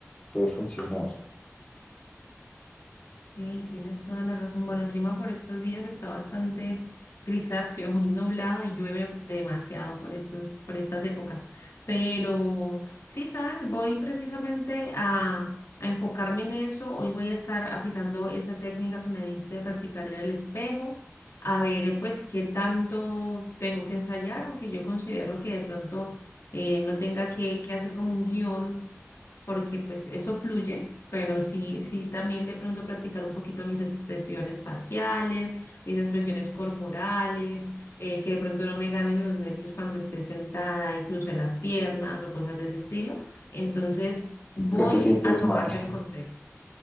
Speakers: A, on the left; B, on the left.
A: puede funcionar,
B: Eh, tienes toda la razón. Bueno, el clima por estos días está bastante grisáceo, muy nublado y llueve demasiado por estos, por estas épocas. Pero sí, sabes, voy precisamente a, a enfocarme en eso. Hoy voy a estar aplicando esa técnica que me diste de practicar en el espejo, a ver, eh, pues, qué tanto tengo que ensayar, aunque yo considero que de pronto eh, no tenga que, que hacer como un guión porque pues eso fluye, pero sí, sí también de pronto practicar un poquito mis expresiones faciales, mis expresiones corporales, eh, que de pronto no me ganen los nervios cuando esté sentada y cruce las piernas o cosas de ese estilo. Entonces, voy
A: porque te sientes
B: a tomarte
A: mal. <laughs>
B: el consejo.